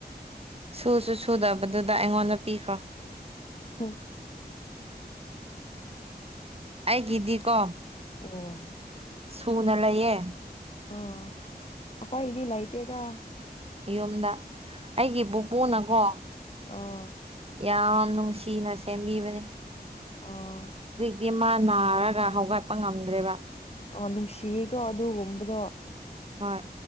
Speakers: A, on the right; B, on the left.
A: ꯁꯨꯁꯨ ꯁꯨꯗꯕꯗꯨꯗ ꯑꯩꯉꯣꯟꯗ ꯄꯤꯈ꯭ꯔꯣ
B: ꯍꯝ
A: ꯑꯩꯒꯤꯗꯤꯀꯣ
B: ꯎꯝ
A: ꯁꯨꯅ ꯂꯩꯌꯦꯦ
B: ꯑꯣ ꯑꯣꯀꯣꯏ ꯏꯂ ꯑꯥꯏꯇ ꯑꯗ
A: ꯌꯨꯝꯗ ꯑꯩꯒꯤ ꯄꯨꯄꯨꯅꯀꯣ
B: ꯑꯥ
A: ꯌꯥꯝ ꯅꯨꯡꯁꯤꯅ ꯁꯦꯝꯕꯤꯕꯅꯦ
B: ꯑꯣ
A: ꯗꯤ ꯃꯥ ꯅꯥꯔꯒ ꯍꯧꯒꯠꯄ ꯉꯝꯗ꯭ꯔꯦꯕ
B: ꯑ ꯅꯪꯁꯤꯤꯒ ꯑꯗꯨ ꯑꯣꯝꯕꯗ
A: ꯍꯣꯏ